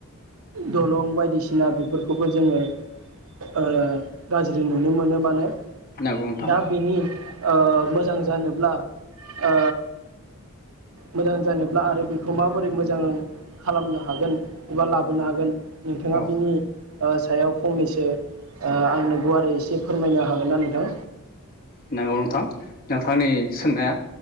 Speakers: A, on the right (about 85°); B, on the left (about 45°).
A: दलं बायदिसिना बेफोरखौबो जोङो ओ गाज्रि नुनो मोनो माने।
B: नंगौ नोंथां
A: दाबेनि ओ मोजां जानोब्ला ओ मोजां जा ब्ला आरो बेखौ माबोरै मोजां खालामनो हागोन एबा लाबोनो हागोन नोंथाङा
B: औ
A: बिनि ओ सायाव फंनैसो ओ आंनो गुवारै एसे फोरमायनो हागोनना नोंथां?
B: नंगौ नोंथां नोंथांनि सोंनाया